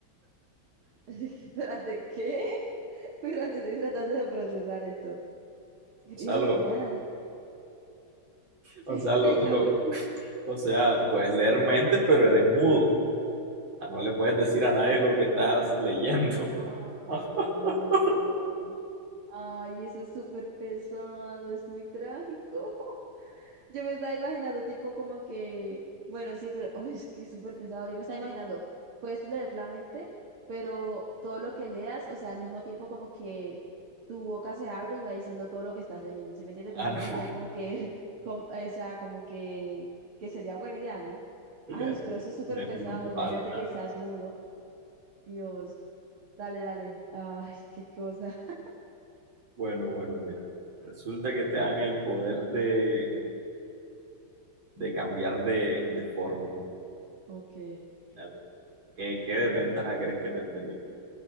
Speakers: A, on the right; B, on the right.
A: <laughs> Espérate, ¿qué? <laughs> Espérate, estoy tratando de procesar esto. ¿Qué
B: O
A: tiene
B: sea, lo,
A: la ventaja? <laughs>
B: o
A: Explícame.
B: sea, lo, lo- o sea, puedes leer mentes, pero eres mudo. O sea, no le puedes decir a nadie lo que estás leyendo.
A: Oh,
B: <laughs>
A: no. Ay, eso es súper pesado, es muy trágico. Yo me estaba imaginando, tipo, como que, bueno, sí, pero <laughs> uy, es que es súper pesado. Yo me estaba imaginando, puedes leer la mente, pero todo lo que leas, o sea, al mismo tiempo, como que tu boca se abre y va diciendo todo lo que estás leyendo, ¿sí me entiendes? Entonces
B: Ah, no,
A: no sería como que, <laughs> com- o sea, como que, que sería buena idea, ¿no?
B: leerlo,
A: Ay, pero eso es súper
B: leerlo
A: pesado.
B: en voz
A: Imagínate
B: alta.
A: que seas mudo. Dios, dale, dale. Ay, qué cosa. <laughs>
B: Bueno, bueno, mira. Resulta que te dan el poder de, de cambiar de, de forma.
A: Ok.
B: Imagínate. ¿Qué, qué desventaja crees que tendría?